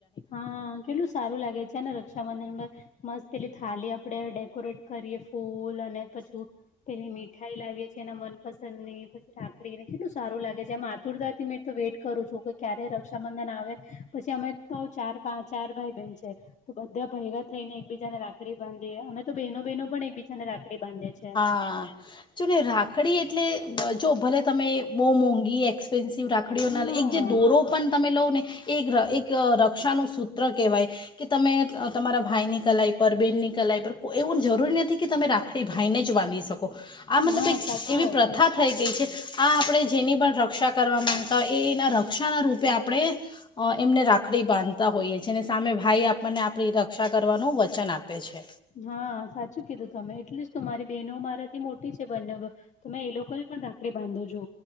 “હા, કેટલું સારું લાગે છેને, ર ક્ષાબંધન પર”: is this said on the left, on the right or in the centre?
Left